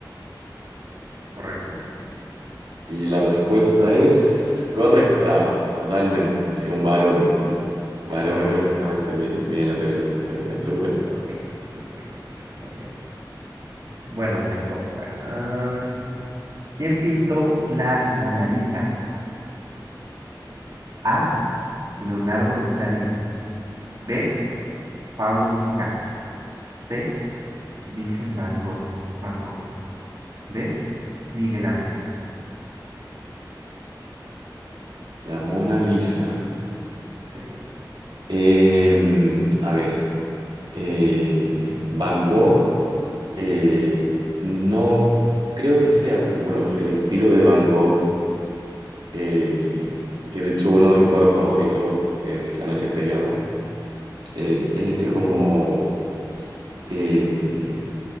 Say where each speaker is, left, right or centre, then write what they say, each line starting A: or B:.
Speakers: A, on the right; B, on the right.
A: ¿es correcto?
B: Y la respuesta es correcta, totalmente. Sí, un barómetro.
A: Sí,
B: Barómetro
A: sí,
B: justamente
A: sí.
B: mi- mide la presión atmosférica. Súper.
A: Ok, súper, súper. Muy bien. Bueno, me toca. Am, ¿quién pintó la Mona Lisa? A. Leonardo da Vinci. B. Pablo Picasso. C. Vincent Van Gogh. Van Gogh. D. Miguel Ángel.
B: La Mona Lisa.
A: Sí.
B: Em, a ver. eh, Van Gogh. eh, no creo que sea, porque bueno, el estilo de Van Gogh, eh, que de hecho uno de mis cuadros favoritos es La Noche Estrellada, eh, es este como... eh,